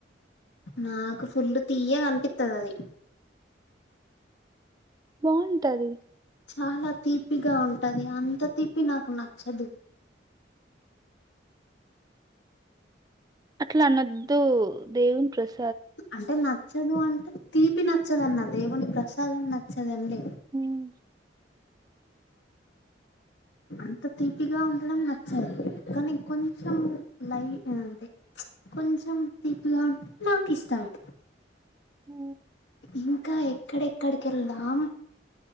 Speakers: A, on the left; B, on the right.
A: నాకు ఫుల్లు తీయ్యేగా అనిపిత్తదది
B: బావుంటది
A: చాలా తీపిగా ఉంటది అంత తీపి నాకు నచ్చదు
B: అట్లా అనద్దు దేవుని ప్రస
A: అంటే నచ్చదు అంటే తీపి నచ్చదన్న దేవుని ప్రసాందం నచ్చదంలే
B: ఉమ్,
A: అంత తీపిగా ఉండడం నచ్చదు కానీ కొంచెం లైట‌్ కొంచెం తీపిగా ఉంటే నాకు ఇష్టమే
B: ఉ
A: ఇంకా ఎక్కడెక్కడికి వెళ్దాం